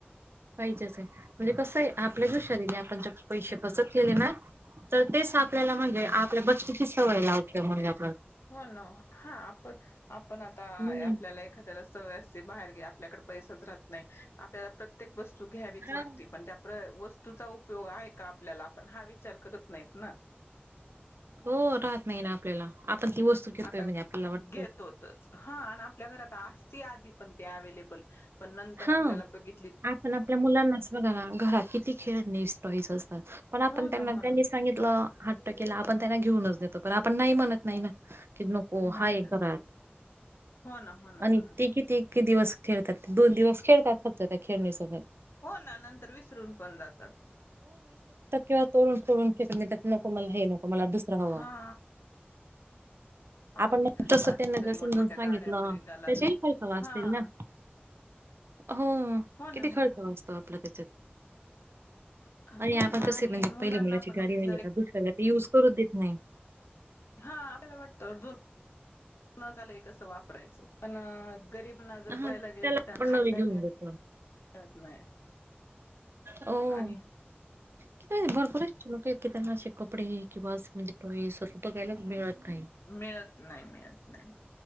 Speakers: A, on the right; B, on the left.
A: पाहिजेच आहे म्हणजे कसं आहे आपल्या हुशारीने आपण जर पैसे बसत केले ना तर तेच आपल्याला म्हणजे आपल्या बची सवय लावते म्हजे.
B: हो ना हा आपण आपण आता
A: हम्म
B: आपल्याला एखाद्याला सवय असती बाहेर गे ल्याक पैच राहत नाही आपल्याला प्रत्येक वस्तू घ्यावीच
A: हा
B: वाट पण त्या प्र वस तुचा उपयोग आहे का आपल्याला आपण हा विचार करत नाहीत ना.
A: हो राहत नाही ना आपल्याला आपण ती वस्तूक घेतोय
B: आता
A: म्हणजे आपल्याला वाटत
B: घेतोतच हा आणि आपल्या घरात आसती आधी पण ते अव्हेलेबल पण नंतर
A: हा
B: आपल्याला बघित
A: आपण आपल्या मुलांनाच बघा ना घरात किती खेळणे टोईस असतात पण आपणना
B: हो ना हो
A: त्यांनी
B: ना
A: स सांगितल हट्ट केला आपण त्यांना घेऊनच देतो आपण नाही म्हणत नाही ना कि नको
B: नाही
A: हा एक
B: ना
A: घर आहे
B: हो ना हो ना
A: आणि
B: हो ना
A: ते किती. कीती दिवस खेळतात दोन दिवस खेळतात फक्त त्या खेळणीसोबत
B: हो ना नंतर विसरून पण जातात.
A: जळ तोडून तोडून फेकत नको मला हे नको मला दुसरा हवा
B: हा आजकाल
A: आपण तस त्यांना
B: तरी
A: जसं
B: मोठमोठ्या
A: म्हणून सांगितलं
B: गाड्या वगैरे निघालात
A: त्याच्याही फयखव असतील
B: हा
A: ना <inaudible> हो
B: हो ना
A: किती
B: हो ना
A: खर्च
B: हो ना
A: वाजतो आपला त्याच्यात
B: आप-
A: अ
B: हो
A: आपण
B: ना
A: कसे
B: आणि
A: म्हणजे
B: मुलांना
A: पहिल्या मुलाची
B: आपण
A: गाडी
B: सांगितलं
A: राहिली
B: एक
A: का दुसऱ्याला युज करूच देत नाही.
B: हा आपल्याला वाटतं अजून न झालंय कस वापरायचं पण गरीबना जर
A: हा
B: बयला गेले तर त्यांना
A: पण
B: खायला
A: नवी घेऊन
B: मिळ
A: देतो.
B: मिळत नाही.
A: हो.
B: आणि
A: कि भरपरच लोक आहेत की त्यांना असे कपडे किंवा सज टोय स बघायलाच मिळत. नाही.
B: मिळत नाही मिळत नाही.